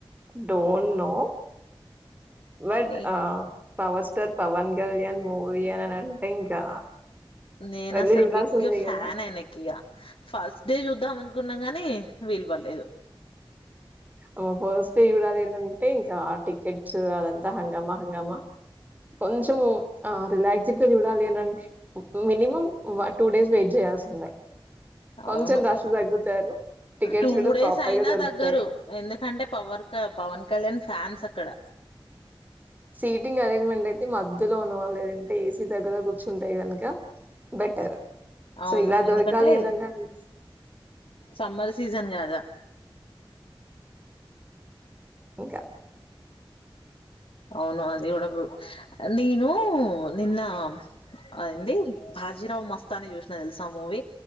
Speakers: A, on the right; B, on the left.
A: డోంట్ నో బట్
B: నే
A: ఆ power star Pawan Kalyan movie అని అంటే ఇంకా
B: నేను
A: వెళ్లి
B: అసలు
A: జూడాల్సిందే
B: బిగ్గ ఫ్యాన్
A: గదా!
B: అయినకి ఫస్ట్ డే చద్ద అమ గున్నా గాని వీలు పర్లేదు
A: అమ్మ ఫస్ట్ చూడాలిదంటే ఇంకా టికెట్స్ అదంతా హంగామా హంగామా కొంచం రాక్స్ చూడాలి ఏంటంటే మినిమం టూ డేస్ వెయిట్ చేయాల్సిందే
B: అవును
A: కొంచెం రష్ తగ్గుతారు టికెట్స్
B: టూ
A: కూడా
B: డేస్
A: ప్రాపర్
B: అయినా
A: గా దొరుకుతాయి
B: దగ్గరు ఎందుకంటే పవర్ క పవన్ కళ్యాణ్ ఫ్యాన్స్ అక్కడ
A: సీటింగ్ అరేంజ్మెంట్ అయితే మధ్యలో ఉన్నవాల లేదంటే ఏసీ దగ్గర కూర్చుంటాయి కనుక బెటర్
B: అవును
A: సో ఇలా
B: ఎందుకంటే
A: దొరకాలి ఏనిన్నాంటే
B: సమ్మర్ సీజన్ కాద
A: ఇంకా.
B: అవును అది కూడాడ నను నిన్న అంది హాజీరావవు మస్తాని చూసిన తెలుసా ఆ మూవీ